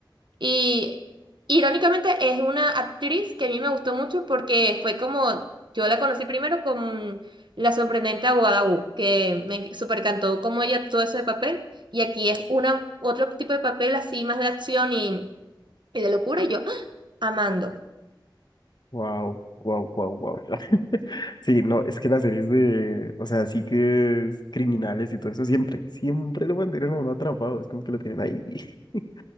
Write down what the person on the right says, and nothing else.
y irónicamente es una actriz que a mí me gustó mucho porque fue como, yo la conocí primero con La sorprendente abogada Wu, que me supercantó cómo ella actuó ese papel. Y aquí es una, otro tipo de papel así más de acción y, y de locura y yo ¡ah! amando.